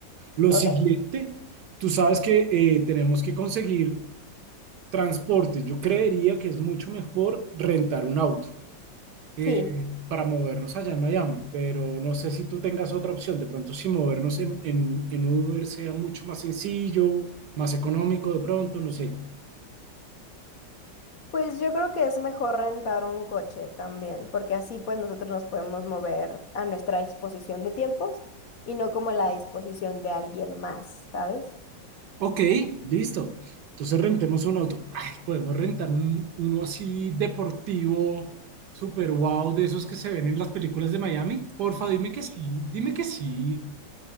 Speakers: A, on the right; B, on the left.
A: Lo
B: Ok,
A: siguiente, tú sabes que eh, tenemos que conseguir transporte. Yo creería que es mucho mejor rentar un auto.
B: sí.
A: eh, para movernos allá en Miami, pero no sé si tú tengas otra opción. De pronto, si movernos en, en, en Uber sea mucho más sencillo, más económico, de pronto, no sé.
B: Pues yo creo que es mejor rentar un coche también, porque así pues nosotros nos podemos mover a nuestra disposición de tiempos y no como a la disposición de alguien más, ¿sabes?
A: Ok, listo. Entonces rentemos un auto. Ay, podemos rentar un- uno así deportivo, super wow, de esos que se ven en las películas de Miami. Porfa, dime que sí, dime que sí.